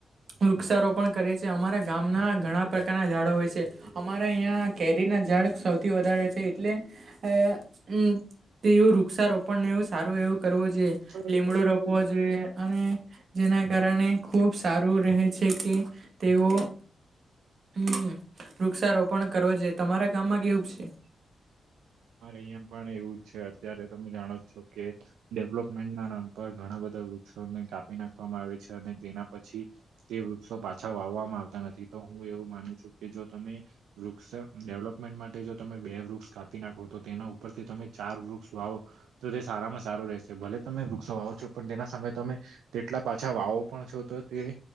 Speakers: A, on the right; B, on the right.
A: વૃક્ષારોપણ કરે છે, અમારા ગામના ઘણા પ્રકારના ઝાડો હોય છે, અમારા અહીંયા કેરીના ઝાડ સૌથી વધારે છે, એટલે હ <unintelligible> તેવું વૃક્ષારોપણને એવું સારું એવું કરવું જોઈએ
B: કરવું
A: લીમડો
B: જોઈએ
A: રોપવો જોઈએ અને જેના કારણે ખૂબ સારું રહે છે, કે તેઓ હમ વૃક્ષારોપણ કરવો જો તમારા ગામમાં કેવું છે
B: મારે અહં પણ એવું છે અત્યારે તમે જાણો છો કે ડેવલોપમેન્ટ ના નામ પર ઘણા બધા વૃક્ષોને કાપી નાખવામાં આવે છે અને તેના પછી તે વૃક્ષો પાછા વાવવામાં આવતા નથી તો હું એવું માનું છું કે જો તમે વૃક્ષ ડેવલપમેન્ટ માટે જો તમે બે વૃક્ષ કાપ ી નાખો તો તેના ઉપરથી તમે ચાર વૃક્ષ વાવો તો તે સારામાં સારું રહેશે ભલે તમે વૃક્ષ વાવો છો પણ તેના સાય તમે તેટલા પાછા વાવો પણ છો તો તે